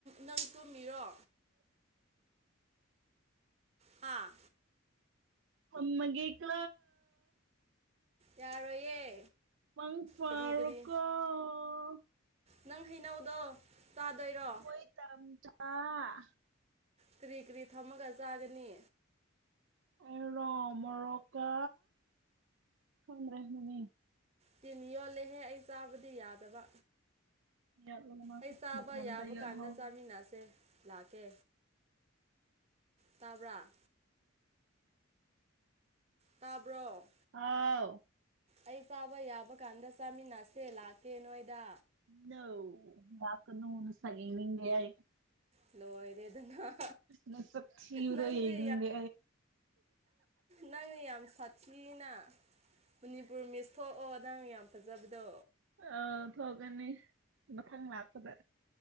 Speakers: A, on the right (about 30°); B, on the right (about 65°).
A: ꯅꯪ ꯇꯨꯝꯃꯤꯔꯣ? ꯍꯥꯥ
B: ꯊꯝꯃꯥꯒꯦ ꯀꯣ
A: ꯌꯥꯔꯣꯏꯌꯦ꯫
B: ꯃꯪ ꯐꯥꯔꯣꯀꯑꯣ
A: ꯀꯔꯤ ꯀꯔꯤ
B: ꯫
A: ꯅꯪ ꯍꯩꯅꯧꯗꯣ ꯇꯥꯗꯣꯏꯔꯣ?
B: ꯍꯣꯏ ꯘꯥꯝꯆꯥꯥꯥꯥꯥꯥ
A: ꯀꯔꯤ ꯀꯔꯤ ꯊꯝꯃꯒ ꯆꯥꯒꯅꯤ꯫
B: ꯑꯩꯔꯣ ꯃꯣꯔꯣꯛꯀ ꯈꯗ꯭ꯔꯦ ꯃꯃꯤꯡ
A: ꯇꯤꯟ ꯌꯣꯠꯂꯦꯍꯦ ꯑꯩ ꯆꯥꯕꯗꯤ ꯌꯥꯗꯕ
B: <unintelligible>
A: ꯑꯩ ꯆꯥꯕ
B: ꯃꯊꯟꯇ
A: ꯌꯥꯕ
B: ꯌꯥꯠꯍꯧ
A: ꯀꯥꯟꯗ ꯆꯥꯃꯤꯟꯅꯁꯦ ꯂꯥꯛꯀꯦ꯫ ꯇꯥꯕ꯭ꯔꯥ ꯇꯥꯕ꯭ꯔꯣ
B: ꯍꯥꯎ
A: ꯑꯩ ꯆꯥꯕ ꯌꯥꯕ ꯀꯥꯟꯗ ꯆꯥꯃꯤꯟꯅꯁꯦ ꯂꯥꯛꯀꯦ ꯅꯣꯏꯗ
B: ꯅꯣ ꯂꯥꯛꯀꯅꯨ ꯅꯥꯁꯛ ꯌꯦꯪꯅꯤꯪꯗꯦ ꯫
A: ꯂꯣꯏꯔꯦꯗꯅ꯫
B: ꯅꯥꯁꯥꯛ ꯊꯤꯕꯒꯤ
A: ꯅꯪꯗꯤ
B: ꯌꯦꯪꯅꯤꯡꯗꯦ꯫
A: ꯅꯪꯅ ꯌꯥꯝꯝ ꯁꯥꯊꯤꯅꯥ꯫ ꯃꯅꯤꯄꯨꯔ ꯃꯤꯁ ꯊꯣꯛꯑꯣ ꯅꯪ ꯌꯥꯝ ꯐꯖꯕꯗꯣ
B: ꯑ ꯐꯒꯅꯤ ꯃꯊꯪ ꯂꯥꯛꯄꯗ